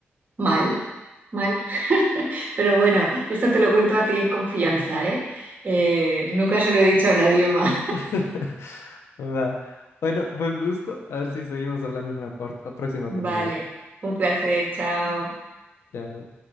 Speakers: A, on the right; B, on the left.
A: mal, mal. <laughs> Pero bueno, esto te lo cuento a ti en confianza, ¿eh? Eh, nunca se lo he dicho a nadie más. <laughs>
B: <laughs> Va. Bueno, buen gusto. A ver si seguimos hablando en una por- próxima
A: Vale,
B: oportunidad.
A: un placer, chao.
B: Ya.